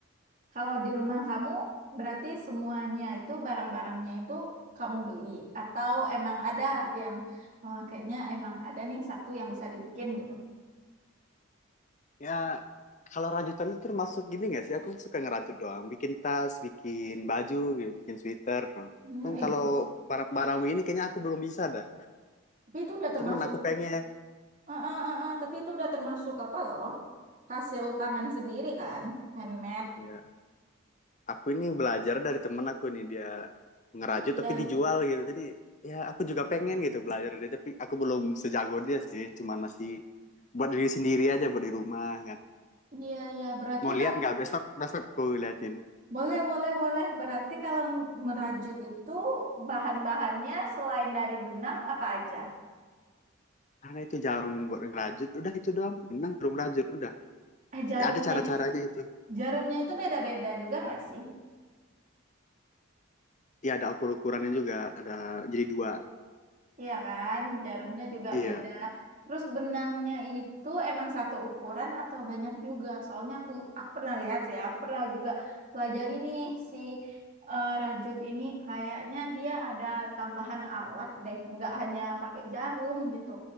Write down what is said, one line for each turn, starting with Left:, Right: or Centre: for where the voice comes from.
Right: Kalau di rumah kamu, berarti semuanya itu barang-barangnya itu kamu beli atau emang ada yang eh, kayaknya emang ada nih satu yang bisa dibikin gitu.
Left: Ya, kalau rajutan itu termasuk gini nggak sih? Aku suka ngerajut doang. Bikin tas, bikin baju, gitu, bikin sweater.
Right: Hmm,
Left: Cuman
Right: ih,
Left: kalau barang-barang ini kayaknya aku belum bisa dah.
Right: tapi itu udah termasuk,
Left: Cuman aku pengen.
Right: eh, eh, eh, eh, tapi itu udah termasuk apa loh? Hasil tangan sendiri kan, handmade.
Left: Ya, aku ini belajar dari temen aku ini. Dia ngerajut
Right: Iya,
Left: tapi dijual gitu. Jadi ya aku juga pengen gitu belajar dari dia. Tapi aku belum sejago dia sih. Cuman masih buat diri sendiri aja, buat di rumah kan.
Right: iya, iya. Berarti
Left: Mau
Right: kalau
Left: lihat nggak? Besok, besok aku liatin.
Right: boleh, boleh, boleh. Berarti kalau merajut itu bahan-bahannya selain dari benang apa aja?
Left: Karena itu jarum buat ngerajut, udah itu doang. Benang jarum rajut, udah.
Right: Eh, jarumnya,
Left: Ada cara-caranya itu.
Right: jarumnya itu beda-beda juga nggak sih?
Left: Iya ada ukur-ukurannya juga, ada jadi dua.
Right: Iya kan, jarumnya juga
Left: Iya.
Right: beda. Terus benangnya itu emang satu ukuran atau banyak juga? Soalnya aku aku pernah lihat sih ya, aku pernah juga pelajari nih si eh, rajut ini kayaknya dia ada tambahan alat deh, nggak hanya pakai jarum gitu.